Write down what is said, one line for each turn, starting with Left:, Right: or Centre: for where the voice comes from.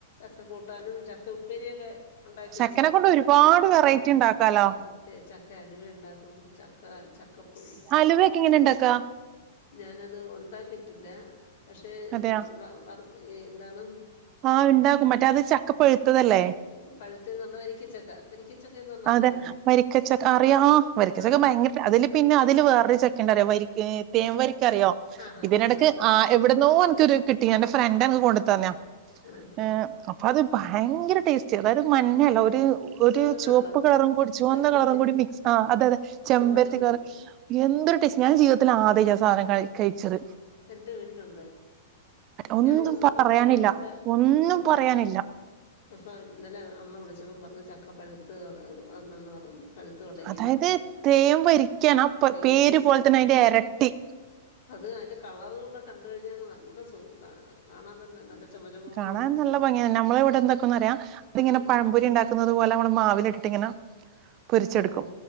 Left: ചക്ക കൂട്ടാനും ചക്ക ഉപ്പേരിയൊക്കെ ഉണ്ടാക്കി
Right: ചക്കനെ
Left: വെച്ചേക്കും
Right: കൊണ്ട് ഒരുപാട് വെറൈറ്റി ഉണ്ടാക്കാലോ
Left: ആ സത്യമാ ചക്ക അലവ ഉണ്ടാക്കും ചക്ക ചക്കപ്പുഴു
Right: ഹലുവയൊക്കെ എങ്ങനെ ഉണ്ടാക്കാ
Left: ഞാനത് ഉണ്ടാക്കിട്ടില്ല പക്ഷെ
Right: അതെയാ
Left: വറു- എന്താണ്
Right: ആഹ് ഉണ്ടാക്കും മറ്റേ അത് ചക്ക പഴുത്തതല്ലേ
Left: പഴുത്തന്ന് പറഞ്ഞാൽ വരിക്കച്ചക്ക വരിക്കച്ചക്ക എന്ന് പറഞ്ഞാ
Right: അതെ
Left: അറിയോ
Right: വരിക്കച്ചക്ക അറിയാ ആ വരിക്കച്ചക്ക
Left: ആ
Right: ഭയങ്കര അതില് പിന്നെ അതില് വേറൊ ചക്ക ഉണ്ടറിയോ തേൻവരിക്ക എിക്കറിയോ
Left: ആഹ് ആഹ്
Right: ഇതിനിടക്ക്
Left: ഉണ്ട്
Right: ആ എവിടന്നോ എനക്കൊരു കിട്ടി എ്ന്റെ ഫ്രണ്ട് എനക്ക് കൊണ്ടു തന്ന്യാ
Left: ആഹ്
Right: ഏ
Left: ആഹ്
Right: അപ്പൊ അത് ഭയങ്കര ടേസ്റ്റ് അതായത് ഒരു മഞ്ഞല്ല ഒരു ഒരു
Left: ചുമന്ന
Right: ചുവപ്പ്
Left: കളറ്
Right: കളറും കൂടി ചുവന്ന
Left: ചെമ്പരത്തി
Right: കളറും കൂടി മിക്സ് ആ അതെ അതെ ചെമ്പരത്തി
Left: ഞങ്ങളെ വീട്ടിലുണ്ട്
Right: കളർ എന്തൊരു ടേസ്റ്റ് ഞാന് ജീവിതത്തിൽ ആദ്യാട്ട ആ സാനം കഴിക്ക് കഴിച്ചത്,
Left: എന്റെ വീട്ടിലുണ്ട്
Right: ഒന്നും
Left: ഞങ്ങള് സ്വന്തം
Right: പറയാനില്ല
Left: വീട്ടില് എന്റെ
Right: ഒന്നും
Left: ആഹ്
Right: പറയാനില്ല
Left: അപ്പൊ ഇന്നലെ അമ്മ വിളിച്ചപ്പ പറഞ്ഞു ചക്ക പ്പഴുത്ത് വന്നന്ന് പഴുത്ത് തുടങ്ങീന്ന്
Right: അതായത്
Left: പറഞ്ഞ,
Right: തേൻ വരിക്കാണ് ആ
Left: ഭയങ്ക
Right: പേര് പോലെ തന്നെ അതിന്റെ എരട്ടി
Left: അത് അതിന്റെ കളറൂടെ കണ്ടഴിഞ്ഞാ നല്ല സുഖ കാണാൻ കാണാൻ തന്നെ നല്ല ചുമ ചുമാന്നിരിക്കും
Right: കാണാൻ നല്ല ഭംഗിയന്നെ നമ്മളെ ഇവിടെ എന്തൊക്ക റയാ തിങ്ങനെ
Left: ഉം
Right: പഴംപൊരി ഉണ്ടാക്കുന്നത് പോലെ നമ്മൾ മാവില് ഇട്ടിട്ട് ഇങ്ങനെ പൊരിച്ചെടുക്കും
Left: ഓ